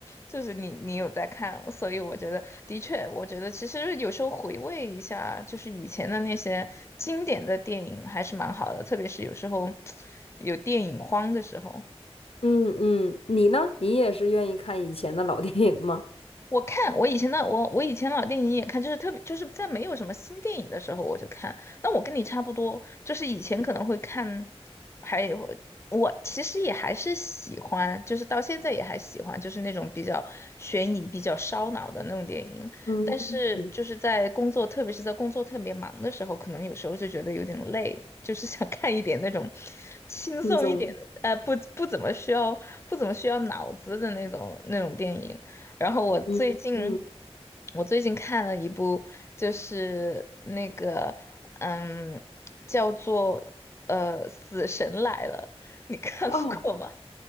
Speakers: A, on the left (about 25°); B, on the left (about 65°).
A: 就是你你有在看，所以我觉得的确，我觉得其实有时候回味一下，就是以前的那些经典的电影还是蛮好的，特别是有时候 <tsk> 有电影荒的时候，
B: 嗯嗯，你呢？你也是愿意看以前的老电影吗？
A: 我看我以前的我我以前老电影也看，就是特别就是在没有什么新电影的时候我就看。但我跟你差不多，就是以前可能会看，还有我其实也还是喜欢，就是到现在也还喜欢，就是那种比较悬疑、比较烧脑的那种电影。
B: 嗯嗯，
A: 但是就是在工作，特别是在工作特别忙的时候，可能有时候就觉得有点累，就是想看一点那种轻松一点的，
B: 轻松。
A: 呃，不不怎么需要不怎么需要脑子的那种那种电影。然后我最近，
B: 嗯嗯，
A: 我最近看了一部，就是那个，嗯，叫做呃《死神来了》，你看过吗？
B: 哦，